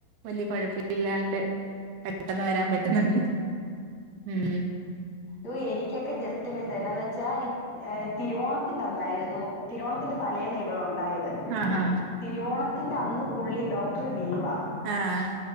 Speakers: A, on the right; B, on the left.
A: വല്ല്യയ കൊഴപ്പയില്ലാണ്ട് പെട്ടെന്ന് വരാൻ പറ്റുന്നുണ്ട് ഉം
B: ഓഹ് എനിക്കൊക്കെ ജസ്റ്റ് മിസ്സ്‌ എന്നാന്ന് വെച്ചാ ഏഹ് തിരുവോണത്തിന്റെ അന്നായിരുന്നു തിരുവോണത്തിന്റെ തലേന്ന് ഇവളുണ്ടാ ണ്ടായത്
A: ആഹാ
B: തിരുവോണത്തിന്റെ അന്ന് പുള്ളി ഡോക്റ്റർ ലീവ
A: ആഹ്